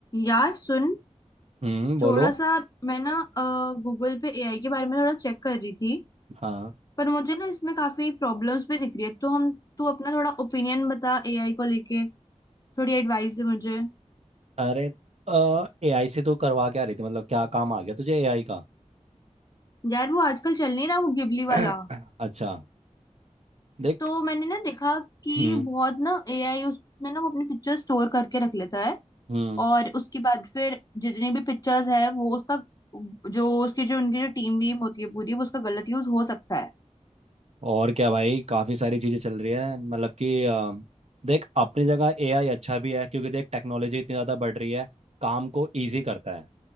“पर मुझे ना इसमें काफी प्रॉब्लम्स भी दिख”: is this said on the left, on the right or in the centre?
Left